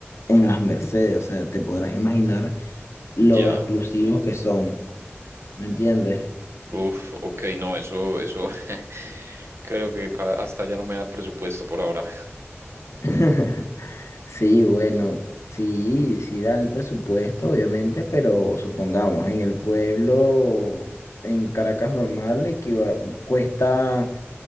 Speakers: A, on the left; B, on the right.
A: en las Mercedes, o sea, te podrás imaginar lo
B: Ya.
A: exclusivos que son, ¿me entiendes?
B: Uf, ok, no, eso, eso, <laughs> creo que para hasta ya no me da el presupuesto por ahora.
A: <laughs> Sí, bueno, sí, sí da el presupuesto, obviamente, pero supongamos, en el pueblo, en Caracas normal, equiva- cuesta,